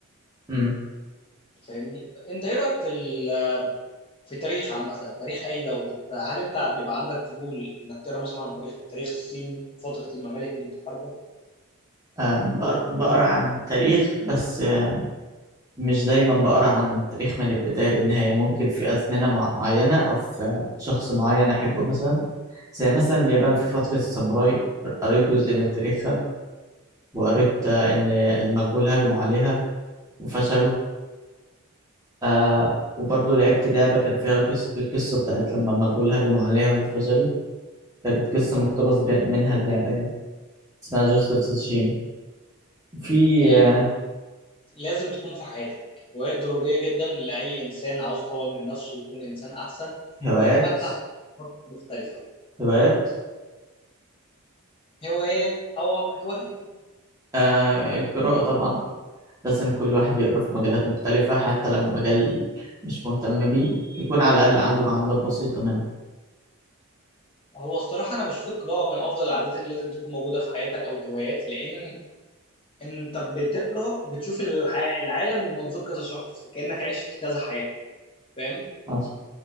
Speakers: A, on the right; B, on the left.
A: أمم.
B: فاهمني انت ايه رايك في ال... في تاريخ عامه تاريخ اي دوله انت هل انت بيبقى عندك فضول انك تقرا مثلا عن تاريخ تاريخ الصين فتره الممالك المتحاربه
A: آه، بقر- بقرا عن تاريخ بس آه، مش دايما بقرا عن التاريخ من البداية للنهاية ممكن في أزمنة مع- معينة أو في شخص معين أحبه مثلا زي مثلا اليابان في فترة الساموراي قريت جزء من تاريخها وقريت آه، إن المغول هجموا عليها وفشلوا آه وبرضه لعبت لعبة كان فيها قصة القصة بتاعت لما المغول هجموا عليها وفشلوا كانت قصة مقتبس ب- منها اللعبة يعني اسمها جوست اوف تسوشيما في
B: كلمني
A: آه
B: لازم تكون في حياتك هوايات ضرورية جدا لأي إنسان عاوز يطور من نفسه ويكون إنسان أحسن
A: هوايات
B: ويتفتح آفاق مختلفة
A: هوايات
B: هوايات أو هوايات
A: آه القراءة طبعا لازم كل واحد يقرأ في مجالات مختلفة حتى لو مجال مش مهتم بيه يكون على الأقل عنده معلومات بسيطة
B: هو الصراحة أنا بشوف القراءة من أفضل العادات اللي لازم تكون موجودة في حياتك أو الهوايات لأن أنت بتقرأ بتشوف الح- العالم من منظور كذا شخص كأنك عشت كذا حياة فاهم؟
A: منه